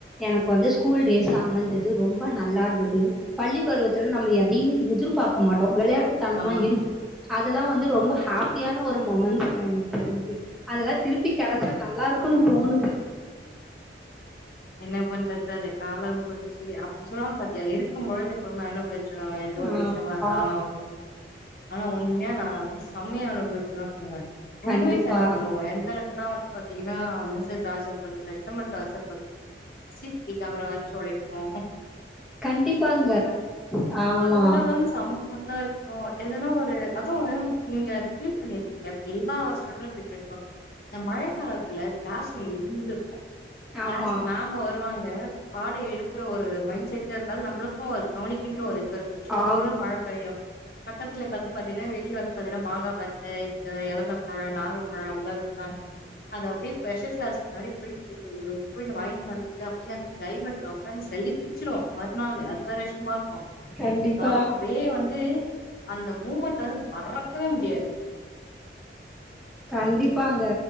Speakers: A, in the centre; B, on the left (about 55°).
A: எனக்கு வந்து ஸ்கூல் டேஸ் அமைஞ்சது ரொம்ப நல்லா இருந்தது பள்ளி பருவத்துல நம்ம எதையுமே எ திர் பாக்கமாட்டோ விளையா <unintelligible> தனமா
B: ஆமா
A: இருப்போ அதெல்லாம் வந்து ரொம்ப ஹாப்பியான ஒரு மொமெண்ட் எனக்கு தெரிஞ்சு அதெல்லாம் திருப்பி கெடைச்சா நல்லா இருக்கும்ன்னு தோணுது
B: என்ன பண்றது அந்த காலம் போச்சு அப்ப சொல்லுவானு பாத்தியா இருக்கும் பொழுது ரொம்ப அனுபவிச்சுக்கணும் எந்த ஒரு
A: ஆமா
B: விஷயமா இருந்தாலும் அப்டின்ட்டு ஆனா உண்மையா நா <unintelligible> செமைய அனுபவிச்சுதான் சொல்லுவேன் ரொம்பவே
A: கண்டிப்பா.
B: சட்டை பண்ணுவோம் எந்த அளக்குனா வ பத்தீங்கன்னா மிஸு டார்ஜர் பண்ணுவே வசமா டார்ச்சர் பண்ணுவோ சி சி டி கேமராச்சு ஒழைக்கு
A: கண்டிப்பாங்க ஆமா
B: அதெல்லா வந்து செம்ம ஃபன்னா இருக்கும் எதுனா ஒரு அதுவும் நீங்க அது ஃபீல் பண்ணிருக் எப்டி எல்லா ஸ்டூடண்ட் ஃபீல் பண்ணிருப்பாங்க இந்த மழை காலத்துல கிளாஸ்ங்க இருந்து இருக்கோ கிளாஸ்
A: ஆமா.
B: மேம் வருவாங்க க பாட எடுக்கற ஒரு மைண்ட் செட் இருக்காது நம்மளுக்கும் கவனிக்கென்று ஒரு இது இருக்காது சோருனு
A: ஆம்.
B: மழ பெய்யு பக்கத்துலே பாத்து பாத்தீங்கன்னா வெளிய வந்து பாத்தீங்கன்னா மாங்கா பத்த இந்த எழந்த பழோ நாகப்பழோ அந்த மாரிஇருக்கா அது அப்டியே ஸ்பெஷல் க்ளாஸ் முன்னாடி பெய் குடு குடுனு போய் நீ வாயின்னு வந்து அப்டியே அந்த க்ளைமேட்ல ஒக்காந்து சளி புடுச்சுரூ மறுநாளு அது வேற விஷ்யமா க்கு
A: கண்டிப்பா
B: இருந்தாலு அப்டியே வந்து அந்த மூமெண்ட் வந்து மறக்கவே மு டியாது
A: கண்டிப்பாங்க